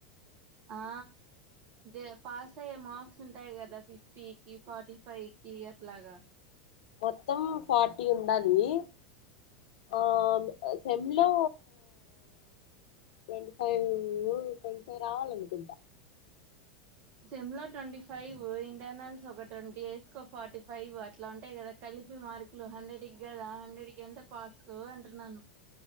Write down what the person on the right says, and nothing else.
ఆ అదే పాస్ అయ్యే మార్క్స్ ఉంటాయి కదా ఫిఫ్టీకిి ఫార్టీ ఫైవ్ కి అట్లాగా
సెమ్లో ట్వంటీ ఫైవ్ ఇంటర్నల్స్ ఒక ట్వంటీ ఎస్కో ఫార్టీ ఫైవ్ అట్లా ఉంటాయి కదా కలిపి మార్కులు హండ్రెడ్కి కదా హండ్రెడ్కి ఎంత పాస్ అంటున్నాను